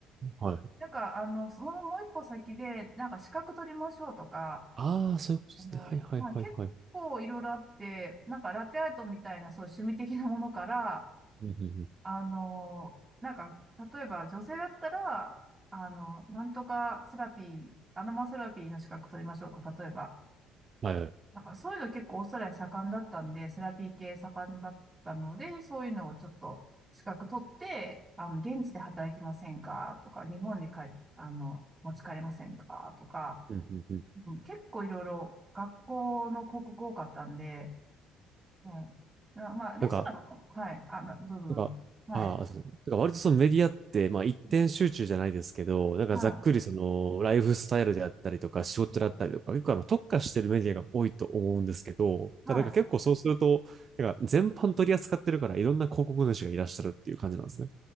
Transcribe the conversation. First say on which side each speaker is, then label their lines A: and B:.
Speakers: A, on the right (about 40°); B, on the right (about 20°).
A: はい。
B: なんか、あの、そのもう一歩先で、なんか資格取りましょうとか、
A: ああ、そういうことですね。
B: あの、
A: はいはいはいはい。
B: まあ、結構いろいろあって、なんかラテアートみたいな、そう、趣味的なものから、
A: うんうんうん。
B: あの、なんか、例えば女性だったら、あの、なんとかセラピー、アロマセラピーの資格取りましょうとか、例えば、
A: はいはい。
B: なんかそういうの結構オーストラリア盛んだったんで、セラピー系盛んだったので、そういうのをちょっと資格取って、あの、現地で働きませんかとか、日本に帰、あの、持ち帰れませんかとか、
A: うんうんうん。
B: うん結構いろいろ学校の広告多かったんで、はい。なまあ、レストランも、
A: なんか、
B: はい。あ、などうぞどうぞ。
A: なんか、
B: はい。
A: ああ、そう。なんか割とそのメディアって、まあ一点集中じゃないですけど、
B: うん
A: なんかざっくりそのライフスタイルであったりとか仕事であったりとか、
B: はい。
A: 結構あの特化してるメディアが多いと思うんですけど、
B: はい。
A: ただなんか結構そうすると、なんか全般取り扱ってるからいろんな広告主がいらっしゃるっていう感じなんですね。